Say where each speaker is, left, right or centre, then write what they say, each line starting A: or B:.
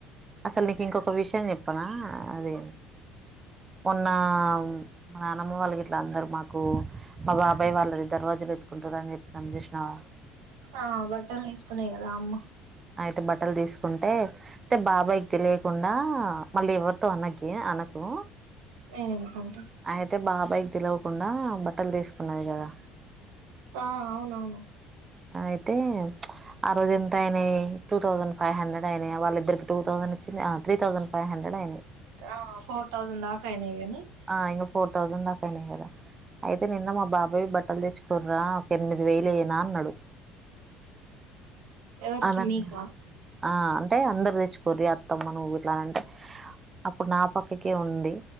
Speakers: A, on the right (about 30°); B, on the right (about 75°).
A: అసలు నీకు ఇంకొక విషయం చెప్పనా అదే మొన్న మా నాన్నమ్మ వాళ్ళకి ఇట్లా అందరు మాకు మా బాబాయ్ వాళ్ళది దర్వాజులు ఎత్తుకుంటార అని చెప్పినా చూసినావా
B: ఆ బట్టలు తీసుకునే కదా అమ్మ
A: అయితే బట్టలు తీసుకుంటే అయితే బాబాయ్కి తెలియకుండా మళ్ళీ ఎవరితో అనకి అనకు
B: నేనెందుకు ఆన్
A: అయితే బా బైక్ తెలవకుండా బట్టలు తీసుకున్నది కదా
B: ఆ అవునవును
A: అయితే ఆ రోజు ఎంత అయినాయి టూ థౌసండ్ ఫైవ్ హండ్రెడ్ అయినాయి వాళ్ళిద్దరికి టూ థౌసండ్ ఇచ్చింది త్రీ థౌజండ్ ఫైవ్ హండ్రెడ్ అయినాయి
B: ఆ ఫోర్ తౌసండ్ దాకా అయినాయి గాని
A: ఆ ఇంగ ఫోర్ థౌసండ్ దాకా అయినాయి కదా అయితే నిన్న మా బాబాయ బట్టలు తెచ్చుకోర్రా ఒక ఎనిమిది వేలు ఏయ్యన అన్నాడు
B: ఎవరికి
A: అనంగా
B: మీకా
A: ఆ అంటే అందరు తెచ్చుకోరీ అత్తమ్మ నువ్వు ఇట్లా అనీ అంటే అప్పుడు నా పక్కకే ఉంది